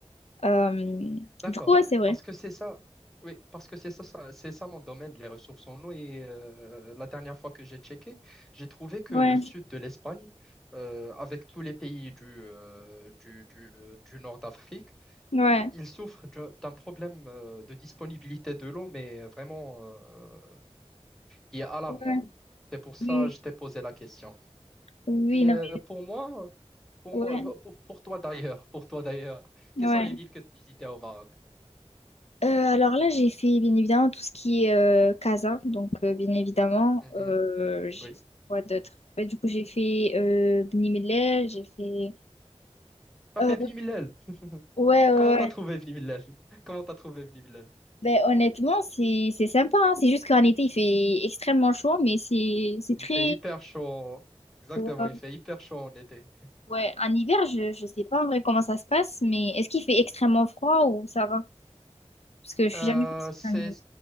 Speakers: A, on the left; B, in the centre.
A: Euh,
B: d'accord.
A: du coup ouais, c'est vrai.
B: Parce que c'est ça, oui, parce que c'est ça, ça- c'est ça mon domaine, les ressources en eau. Et euh, la dernière fois que j'ai checké, j'ai trouvé que
A: Ouais.
B: le sud de l'Espagne, euh, avec tous les pays du, euh, du, du, euh, du nord d'Afrique,
A: Ouais.
B: ils souffrent d'un d'un problème euh, de disponibilité de l'eau, mais vraiment euh, qui est alarmant.
A: Ouais.
B: C'est pour ça
A: Oui.
B: que je t'ai posé la question.
A: Oui,
B: Et
A: non
B: euh, pour moi, pour
A: mais
B: moi,
A: ouais.
B: pour, pour- toi d'ailleurs, pour toi d'ailleurs,
A: Ouais.
B: quelles sont les villes que tu visitais au Maroc?
A: Euh, alors là, j'ai fait bien évidemment tout ce qui est euh, casa. Donc, euh, bien évidemment,
B: Mhm,
A: euh, j'ai
B: Oui.
A: fait quoi d'autre? Ouais, du coup, j'ai fait euh, Bni Mellal, j'ai fait.
B: T'as
A: Euh,
B: fait Bni Mellal.
A: ouais, ouais,
B: Comment t'as
A: ouais.
B: trouvé Bni Mellal? Comment t'as trouvé Bni Mellal?
A: Ben, honnêtement, c'est c'est sympa. hein. C'est juste qu'en été, il fait extrêmement chaud, mais c'est c'est
B: Il
A: très.
B: fait hyper chaud. Exactement,
A: Ouais,
B: il fait hyper chaud en été.
A: ouais. en hiver, je, je sais pas en vrai comment ça se passe, mais est-ce qu'il fait extrêmement froid ou ça va? Parce que je suis
B: Euh,
A: jamais partie
B: c'est
A: en hiver.